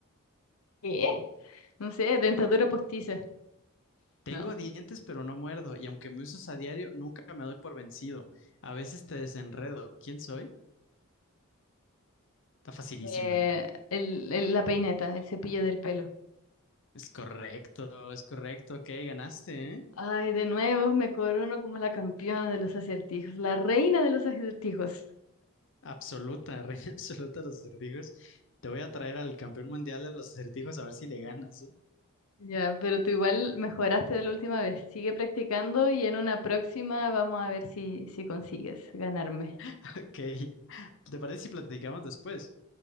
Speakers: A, on the left; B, on the left.
A: ¿Qué? No sé, dentadura postiza.
B: Tengo
A: No.
B: dientes, pero no muerdo, y aunque me usas a diario, nunca me doy por vencido. A veces te desenredo. ¿Quién soy? Está facilísima.
A: Eh, el, el- la peineta, el cepillo del pelo.
B: Es correcto, es correcto. Ok, ganaste, ¿eh?
A: Ay, de nuevo me corono como la campeona de los acertijos, la reina de los acertijos.
B: Absoluta, <laughs> reina absoluta de los acertijos. Te voy a traer al campeón mundial de los acertijos a ver si le ganas, ¿eh?
A: Ya, pero tú igual mejoraste de la última vez. Sigue practicando y en una próxima vamos a ver si, si consigues ganarme.
B: <laughs> Ok. ¿Te parece si platicamos después?